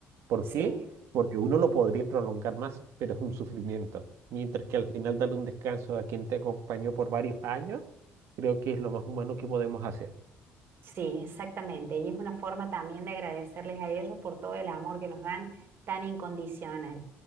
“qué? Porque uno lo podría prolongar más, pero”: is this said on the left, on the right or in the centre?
Right